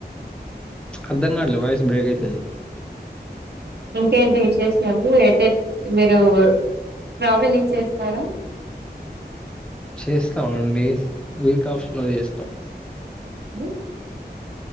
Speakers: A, in the centre; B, on the right.
A: అర్ధం కాట్లె వాయిస్ బ్రేక్ అయితుంది
B: ఇంకేంటి విశేషలు ఏటేట్ మీరు ట్రావెల్లింగ్ చేస్తారా
A: చేస్తాం అండి వీక్ ఆఫ్ ల చేస్తాం
B: మ్